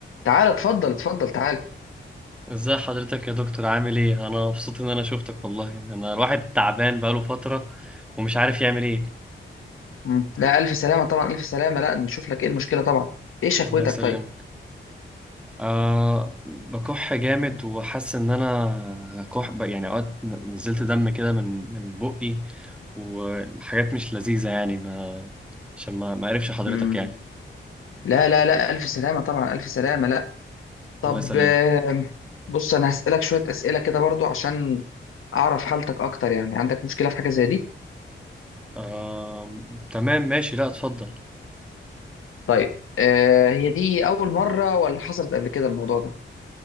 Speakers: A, on the left; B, in the centre.
A: تعالى اتفضل اتفضل تعالى
B: ازاي حضرتك يا دكتور عامل ايه انا مبسوط ان انا شفتك والله انا الواحد تعبان بقاله فترة ومش عارف يعمل ايه
A: مم. لا الف سلامه طبعا الف سلامه لا نشوف لك ايه المشكله طبعا ايه شكوتك
B: الله يسلمك
A: طيب
B: أه بكح جامد وحاسس ان انا كح ب- يعني اوقات نزلت دم كده من من بقي وحاجات مش لذيذة يعني ما عشان ما ما اعرفش حضرتك
A: امم
B: يعني
A: لا لا لا الف سلامه طبعا الف سلامه لا طب
B: الله يسلمك
A: آم، بص انا هسالك شويه اسئله كده برضو عشان اعرف حالتك اكتر يعني عندك مشكله في حاجه زي دي
B: أه تمام ماشي لا اتفضل
A: طيب آه هي دي اول مره ولا حصلت قبل كده الموضوع ده